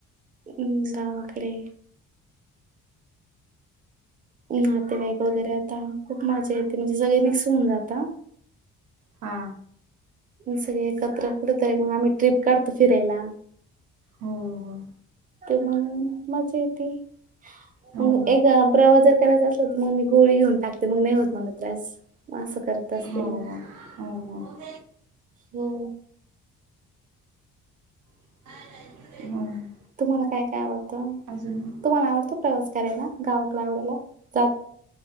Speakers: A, on the right; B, on the right.
A: हम्.. गावाकडे. नातेवाईक वगैरे येतात, खूप मजा येते म्हणजे सगळे मिक्स होऊन जाता
B: हा.
A: सगळे एकत्र, कुठे तरी मग आम्ही ट्रिप काढतो फिरायला.
B: हो.. हो.
A: मग मजा येते.
B: हो
A: मग एका प्रवास करत असतात. मग मी गोळी घेऊन टाकते, मग नाही होत मला त्रास. असं करत असते
B: हो
A: मी
B: हो हो हो
A: हो
B: हो
A: तुम्हाला काय काय आवडतं
B: अजून
A: तुम्हाला आवडतो प्रवास करायला गावाकला आवडायला ज